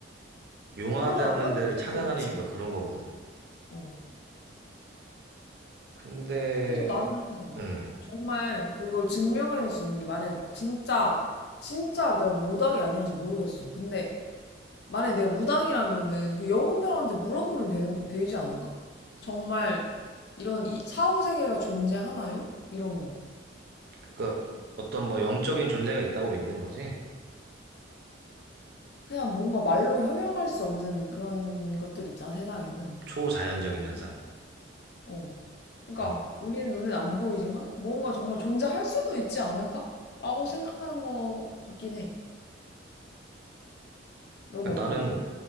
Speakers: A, on the right (about 55°); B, on the left (about 55°).
A: 용하다는
B: 물론 안 맞는
A: 데를
B: 것도
A: 찾아가는
B: 있지.
A: 이유가 그런 거거든.
B: 어.
A: 근데,
B: 그래서 나는
A: 음,
B: 정말 그걸 증명할 수 있는 게 만약 진짜 진짜 내가 무당이 아니라서 모르겠어. 근데 만약 내가 무당이라면은 그 영혼들한테 물어보면 되는 되지 않을까? 정말 이런 이 사후 세계가 존재하나요? 이런 거.
A: 그니까 어떤 뭐 영적인 존재가 있다고 믿는 거지.
B: 그냥 뭔가 말로 형용할 수 없는 그런 것들 있잖아, 세상에는.
A: 초자연적인 현상.
B: 어. 그러니까
A: 음.
B: 우리는 눈엔 안 보이지만 뭔가 정말 존재할 수도 있지 않을까? 라고 생각하는 것 같긴 해. 넌 어떤데?
A: 나는